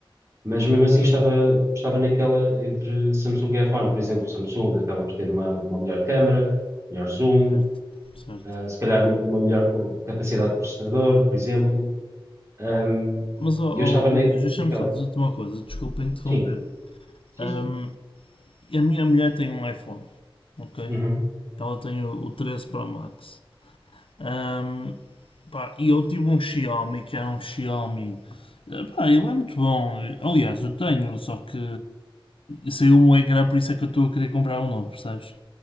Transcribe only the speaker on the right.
mas mesmo assim estava, estava naquela entre Samsung e iPhone. Por exemplo, o Samsung acaba por ter uma, uma melhor câmara, melhor zoom,
ah, se calhar uma melhor co- capacidade de processador, por exemplo. Um,
e eu estava na-
naquela.
Sim, sim,
sim.
Uhum,